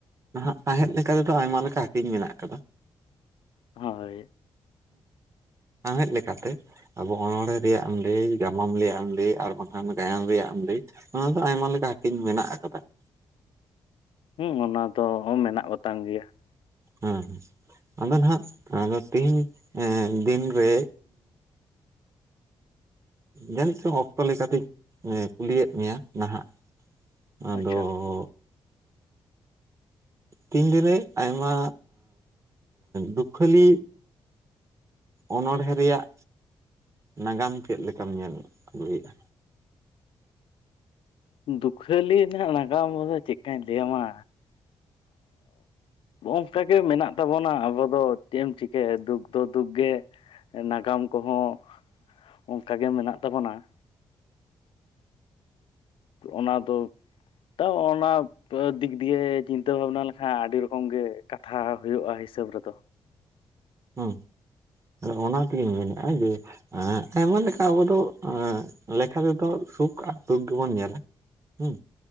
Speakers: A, on the right; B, on the left.
A: ᱱᱟᱦᱟᱜ ᱥᱟᱶᱮᱫ ᱞᱮᱠᱟ ᱛᱮ ᱫᱚ ᱟᱭᱢᱟ ᱞᱮᱠᱟ ᱦᱟᱹᱴᱤᱧ ᱢᱮᱱᱟᱜ ᱠᱟᱫᱟ ᱾
B: ᱦᱳᱭ,
A: ᱥᱟᱶᱦᱮᱫ ᱞᱮᱠᱟᱛᱮ, ᱟᱵᱚ ᱚᱱᱚᱲᱦᱮ ᱨᱮᱭᱟᱜ ᱮᱢ ᱞᱟᱹᱭ ᱜᱟᱢᱟᱢ ᱨᱮᱭᱟᱜ ᱮᱢ ᱞᱟᱹᱭ ᱟᱨ ᱵᱟᱠᱷᱟᱱ ᱜᱟᱭᱟᱱ ᱨᱮᱭᱟᱜ ᱮᱢ ᱾ ᱚᱱᱟ ᱫᱚ ᱟᱭᱢᱟ ᱞᱮᱠᱟ ᱦᱟᱹᱴᱤᱧ ᱢᱮᱱᱟᱜ ᱟᱠᱟᱫᱟ ᱾
B: ᱦᱩᱸ, ᱚᱱᱟ ᱫᱚ ᱢᱮᱱᱟᱜ ᱠᱚᱛᱟᱝ ᱜᱮᱭᱟ ᱾
A: ᱦᱮᱸ, ᱟᱫᱚ ᱱᱟᱜ ᱟᱫᱚ ᱛᱤᱦᱤᱧ ᱫᱤᱱ ᱨᱮ ᱡᱟᱹᱱᱤᱡ ᱪᱚᱝ ᱚᱠᱛᱚ ᱞᱮᱠᱟᱛᱤᱧ ᱠᱩᱞᱤᱭᱮᱫ ᱢᱮᱭᱟ ᱱᱟᱦᱟᱜ ᱟᱫᱚᱻ
B: ᱟᱪᱪᱷᱟ
A: ᱛᱤᱱ ᱨᱮ ᱟᱭᱢᱟ ᱫᱩᱠᱷᱟᱹᱞᱤ, ᱚᱱᱚᱬᱦᱮᱸ ᱨᱮᱭᱟᱜ ᱱᱟᱜᱟᱢ ᱪᱮᱫ ᱞᱮᱠᱟᱢ ᱧᱮᱞ ᱟᱹᱜᱩᱭᱮᱫᱼᱟ?
B: ᱫᱩᱠᱷᱟᱹᱞᱤ ᱨᱮᱱᱟᱜ ᱱᱟᱜᱟᱢ ᱨᱮ ᱫᱚ ᱪᱮᱫᱠᱟᱧ ᱞᱟᱹᱭ ᱟᱢᱟ, ᱚᱝᱠᱟ ᱜᱮ ᱢᱮᱱᱟᱜ ᱛᱟᱵᱚᱱᱟ ᱟᱵᱚ ᱫᱚ ᱪᱮᱫ ᱮᱢ ᱪᱤᱠᱟᱹᱭᱟ ᱫᱩᱠ ᱫᱚ ᱫᱩᱠ ᱜᱮ, ᱱᱟᱜᱟᱢ ᱠᱚ ᱦᱚᱸ ᱚᱝᱠᱟ ᱜᱮ ᱢᱮᱱᱟᱜ ᱛᱟᱵᱚᱱᱟ ᱾ ᱚᱱᱟ ᱫᱚ ᱛᱟᱣ ᱚᱱᱟ, ᱫᱤᱠ ᱫᱤᱭᱮ ᱪᱤᱱᱛᱟᱹ ᱵᱷᱟᱵᱽᱱᱟ ᱞᱮᱠᱷᱟᱱ ᱟᱹᱰᱤ ᱨᱚᱠᱚᱢ ᱜᱮ ᱠᱟᱛᱷᱟ ᱦᱳᱭᱳᱜᱼᱟ ᱦᱤᱥᱟᱹᱵᱽ ᱨᱮ ᱫᱚ
A: ᱦᱩᱸ ᱚᱱᱟ ᱛᱤᱜᱤᱧ ᱢᱮᱱᱮᱫᱼᱟ ᱡᱮ, ᱟᱭᱢᱟ ᱞᱮᱠᱟ ᱟᱵᱚ ᱫᱚ ᱞᱮᱠᱷᱟ ᱛᱮ ᱫᱚ ᱥᱩᱠ ᱟᱨ ᱫᱩᱠ ᱜᱮᱵᱚᱱ ᱧᱮᱞᱟ ᱾ ᱦᱩᱸ,